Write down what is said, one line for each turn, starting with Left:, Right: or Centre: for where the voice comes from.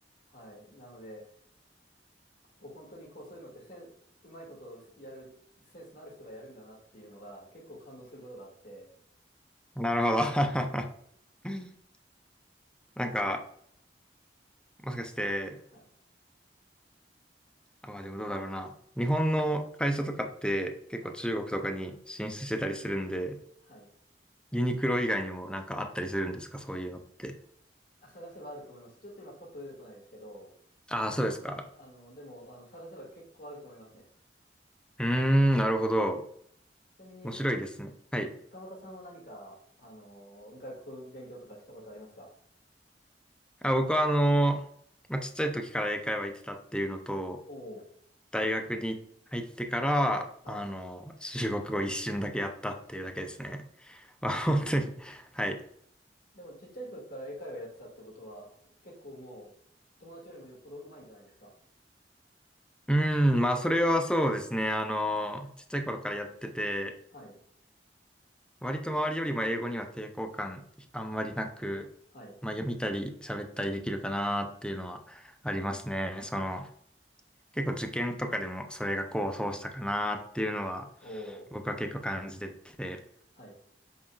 Left: はい。なので、こう本当にこうそういうのってセン、うまいことをやる、センスのある人がやるんだなっていうのが結構感動することがあって、
Centre: なるほど。<laughs> なんか、もしかして、
Left: はい、
Centre: あ、まあでもどうだろうな。日本の会社とかって結構中国とかに進出してたりするんで、
Left: はい、はい。
Centre: ユニクロ以外にもなんかあったりするんですかそういうのって。
Left: あ、探せばあると思います。ちょっと今パッと出てこないですけど、
Centre: ああ、そうですか。
Left: あの、でも、あの、探せば結構あると思いますね。
Centre: うーん、なるほど。
Left: ちなみに、
Centre: 面白いですね。はい。
Left: 田中さんは何か、あの、外国勉強とかしたことありますか
Centre: あ、僕はあの、まあ、ちっちゃい時から英会話行ってたっていうのと、
Left: おおー、
Centre: 大学に入ってから、
Left: はい。
Centre: あの、中国語一瞬だけやったっていうだけですね。<laughs> まあ、
Left: あ、
Centre: 本当に。はい。
Left: でもちっちゃい時から英会話やってたってことは、結構もう、友達よりもよっぽど上手いんじゃないですか
Centre: うーん、まあ、それはそうですね。あの、ちっちゃい頃からやってて、
Left: はい、
Centre: 割と周りよりも英語には抵抗感あんまりなく、
Left: はい、
Centre: まあ、読みたり喋ったりできるかなっていうのはありますね。その、結構受験とかでもそれが功を奏したかなっていうのは、
Left: おお、
Centre: 僕は結構感じてて、だ
Left: はい。